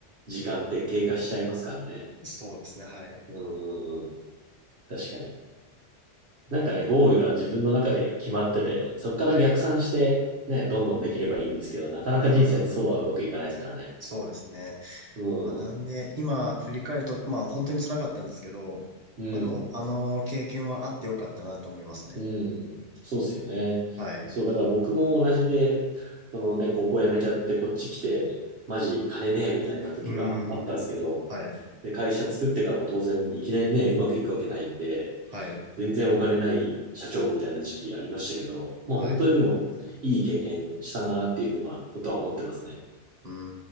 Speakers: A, on the right; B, on the right.
A: 時間って経過しちゃいますからね。
B: そうですね。はい。
A: うんうんうん。確かに。なんかね、
B: まあ、い
A: ゴールが自分の中で決まってて、そこから逆算して、
B: はい。う
A: ね、どんどんできればいいんですけど、なかなか人生ってそうはうまくいかないですからね。
B: ーん。そうですね。
A: うん。
B: まあなんで、今振り返ると、まあ本当に辛かったんですけど、
A: うん。
B: まあでも、あの経験はあってよかったなと思いますね。
A: うん、そうっすよね。
B: はい。
A: そう、だから僕も同じで、そのね、高校辞めちゃってこっち来て、マジ金ねえみたいな時があったんですけど、
B: うーん。はい。
A: で、会社作ってからも当然いきなりね、うまくいくわけないんで、
B: はい。
A: 全然お金ない社長みたいな時期ありましたけど、まあ本当にでもいい経験したなっていうふうなことは思ってますね。
B: はい。うー